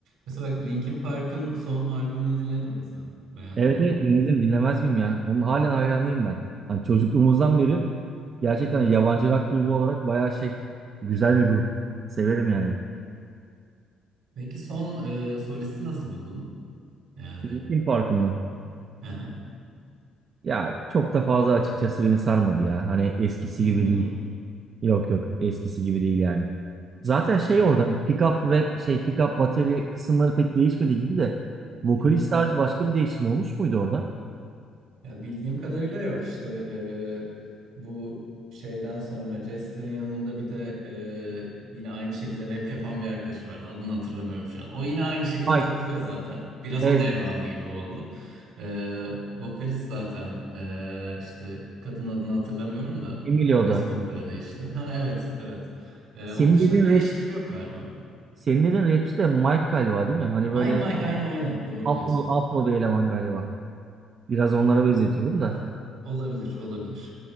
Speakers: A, on the right; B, on the right.
A: Mesela bak Linkin Park'ın son albümünü dinledin mi sen? Beğendin
B: Evet
A: mi onu?
B: evet dinledim dinlemez miyim ya? Onun halen hayranıyım ben. Hani çocukluğumuzdan beri gerçekten
A: Hı hı.
B: yabancı rock grubu olarak bayağı şey güzel bir grup. Severim yani.
A: Peki son e, solisti nasıl buldun? Yani
B: Linkin Park'ın mı?
A: hı hı.
B: Ya çok da fazla açıkçası beni sarmadı ya. Hani eskisi
A: Sarmadı
B: gibi değil.
A: mı?
B: Yok yok eskisi gibi değil yani. Zaten şey
A: Ya
B: orada pick up rap şey pick up bateri kısımları pek değişmedi gibi de vokalist
A: Hı.
B: sadece başka bir değişim olmuş muydu orada?
A: Ya bildiğim kadarıyla yok işte eee, bu şeyden sonra Jester'ın yanında bir de eee, yine aynı şekilde rap yapan bir arkadaş vardı. Adını hatırlamıyorum şu an. O yine aynı şekilde
B: Mike.
A: takılıyor zaten. Biraz
B: Evet,
A: o devraldı gibi oldu. Eee, vokalist zaten eee, işte kadın adını hatırlamıyorum da
B: Emilio'da.
A: vokalist komple değişti. Ha evet evet. Eee,
B: Senin
A: onun dışında
B: dediğin
A: bir değişiklik
B: rap,
A: yok galiba.
B: senin dediğin rapçi de Mike galiba değil mi? Hani
A: Mike
B: böyle
A: Mike aynen aynen doğru
B: Afro,
A: diyorsun.
B: Afro bir eleman galiba. Biraz onlara benzetiyorum
A: At-
B: da.
A: at- olabilir olabilir.